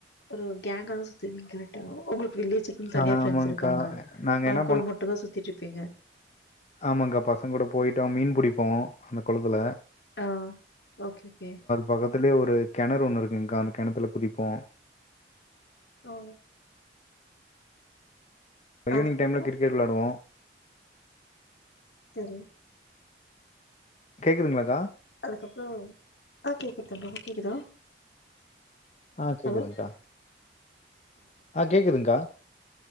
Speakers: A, on the left; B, on the left.
A: ஒரு கேங்காதா சுத்துவீங்கிங் கரெக்ட்டா உங்ளுக்கு வில்லேஜில் உங் தனியா
B: ஆ
A: ஃப்ரெண்ட்ஸ்
B: ஆமாங்க்கா
A: இருப்பாங்க
B: நாங்க
A: அவுங்
B: என்ன
A: கூட மட்டுந்தா சுத்திட்ருப்பீங்க
B: ஆமாங்கா பசங்க கூட போயிட்டோ மீன் புடிப்போ அந்த கொளத்துல
A: ஆ ஓகே ஓகே
B: பக்கத்துலியே ஒரு கெணறு ஒன்னு இருக்குங்க்கா அந்தக் கெணத்துல குதிப்போ
A: ஓ
B: இப்ப ஈவ்னிங்
A: அதுக்கப்புறோ
B: டைம்ல கிரிக்கெட் விளாடுவோ
A: செரி
B: கேக்கதுங்ளாக்கா
A: அதுக்கப்றோ ஆ கேக்குத் தம்பி உனக் கேக்குதா
B: ஆ கேக்குதுங்க்கா
A: ஹலோ
B: ஆ கேக்குதுங்க்கா